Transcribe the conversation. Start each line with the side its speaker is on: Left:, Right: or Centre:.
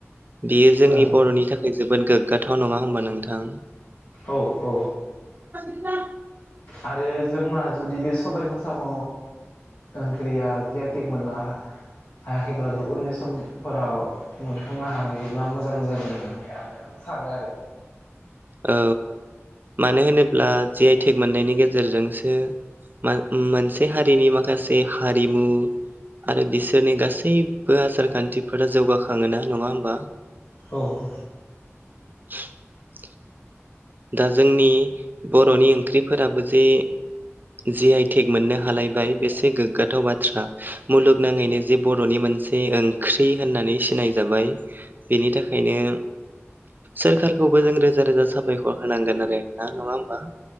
Right: बियो जोंनि
Left: ओं
Right: बर'नि थाखाय जोबोद गोग्गाथाव नङा होमबा नोंथां?
Left: औ औ।
Right: ना
Left: आरो जोंना जुदि बे सबायजों साम' ओंख्रिया जि आइ टेग मोननो हा-हायाखैब्लाबो उननि समफोराव मोनफुंनो हायोब्ला मोजां जागोन होननानै आरो आं सानो आरो
Right: औ मानो होनोब्ला जि आइ टेग मोननायनि गेजेरजोंसो मा मोनसे हारिनि माखासे हारिमु आरो बिसोरनि गासैबो आसार खान्थिफोरा जौगाखाङो ना नङा होमबा?
Left: औ नंगौ।
Right: <inaudible> दा जोंनि बर'नि ओंख्रिफोराबो जे जि आइ टेग मोननो हालायबाय बेसे गोग्गाथाव बाथ्रा मुलुगनाङैनो जि बर'नि मोनसे ओंख्रि होननानै सिनायजाबाय बेनि थाखायनो सोरखारखौबो जों रोजा रोजा साबाय खर होनांगोन आरो दा नङा होमबा?